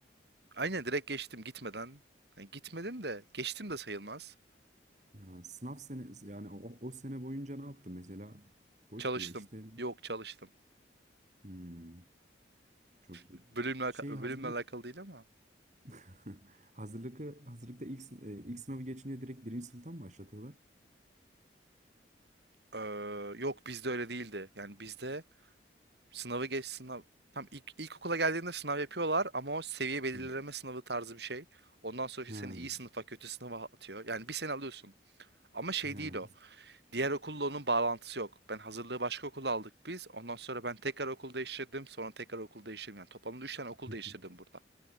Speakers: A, on the right; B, on the right.
A: Aynen direkt geçtim gitmeden. Yani gitmedim de geçtim de sayılmaz.
B: Ha, sınav sene yani o, o sene boyunca ne yaptın mesela? Boş
A: Çalıştım.
B: mu geçtin?
A: Yok çalıştım.
B: Hmm, çok iyi.
A: Bölümle, alaka-
B: Şey hazırlık
A: bölümle alakalı değil ama.
B: <laughs> Hazırlıkı, hazırlıkta ilk, sı- e, ilk sınavı geçince direkt birinci sınıftan mı başlatıyorlar?
A: Ee, yok bizde öyle değildi. Yani bizde Sınavı geç sınav. Tam ilk ilkokula geldiğinde sınav yapıyorlar ama o seviye belirleme
B: Evet.
A: sınavı tarzı bir şey. Ondan sonra işte
B: Ha,
A: seni iyi sınıfa kötü sınıfa atıyor. Yani bir sene alıyorsun. Ama şey
B: ha.
A: değil o. Diğer okulla onun bağlantısı yok. Ben hazırlığı başka okulda aldık biz. Ondan sonra ben tekrar okul değiştirdim. Sonra tekrar okul değiştirdim. Yani toplamda üç tane okul
B: <laughs>
A: değiştirdim burada.